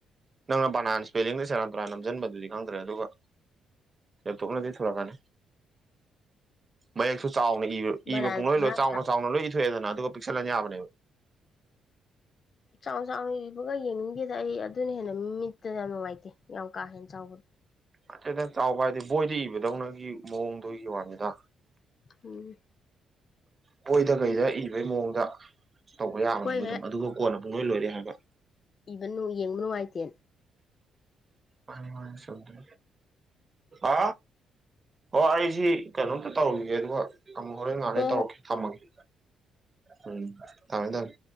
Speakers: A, on the right; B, on the left.
A: ꯅꯪꯅ ꯄꯅꯥꯁꯤ ꯄꯦꯂꯤꯡꯗꯤ ꯆꯔꯥꯟ ꯇꯨꯔꯥꯟ ꯅꯝꯁꯤꯟꯕꯗꯨꯗꯤ ꯈꯪꯗ꯭ꯔꯦ ꯑꯗꯨꯒ ꯂꯦꯞꯇꯣꯞꯅꯗꯤ ꯊꯂꯛꯀꯅꯤ ꯃꯌꯦꯛꯁꯨ ꯆꯥꯎꯅꯔ
B: ꯕꯅꯥꯟ
A: ꯏꯕ ꯄꯨꯡꯂꯣꯏ
B: ꯊꯣꯡꯒꯥꯟ
A: ꯂꯣꯏ ꯆꯥꯎꯅ ꯆꯥꯎꯅ ꯂꯣꯏ ꯏꯊꯣꯛꯑꯦꯗꯅ ꯑꯗꯨꯒ ꯄꯤꯁꯂꯕꯅꯦ
B: ꯆꯥꯎ ꯆꯥꯎꯅꯕꯒ ꯌꯦꯡꯅꯤꯡꯒꯦꯗ ꯑꯩ ꯑꯗꯨꯅ ꯍꯦꯟꯅ ꯃꯤꯠꯇꯅ ꯌꯥꯝ ꯅꯨꯡꯉꯥꯏꯇꯦ ꯌꯥꯝ ꯀꯥ ꯍꯦꯟꯅ ꯆꯥꯎꯕ
A: ꯑꯇꯩꯅ ꯆꯥꯎꯕ ꯍꯥꯏꯗꯤ ꯕꯣꯏꯗ ꯏꯕꯗꯧꯅꯒꯤ ꯃꯑꯣꯡꯗꯨꯒꯤ ꯋꯥꯅꯤꯗ
B: ꯎꯝ
A: ꯄꯕꯣꯏꯗ ꯀꯩꯗ ꯏꯕꯩ ꯃꯑꯣꯡꯗ ꯇꯧꯕ ꯌꯥꯕꯅꯦꯕ
B: ꯑꯩꯈꯣꯏ ꯍꯦ
A: ꯑꯗꯨꯝ ꯑꯗꯨꯒ ꯀꯣꯟꯅ ꯄꯨꯡ ꯂꯣꯏ ꯂꯣꯏꯔꯦ ꯍꯥꯏꯕ
B: ꯏꯕꯅꯨ ꯌꯦꯡꯕ ꯅꯨꯡꯉꯥꯏꯇꯦ
A: ꯑ ꯃꯥ ꯆꯜꯦ ꯑ ꯑꯣ ꯑꯩꯁꯤ ꯀꯩꯅꯣꯝꯇ ꯇꯧꯔꯈꯤꯒꯦ ꯑꯗꯨꯒ ꯑꯃ ꯍꯣꯔꯦ ꯉꯥꯔꯦ
B: ꯍꯣꯏ
A: ꯇꯧꯔꯛꯀꯦ
B: ꯍꯣꯏ
A: ꯊꯝꯃꯒꯦ ꯎꯝ ꯊꯝꯃꯦ ꯊꯝꯃꯦ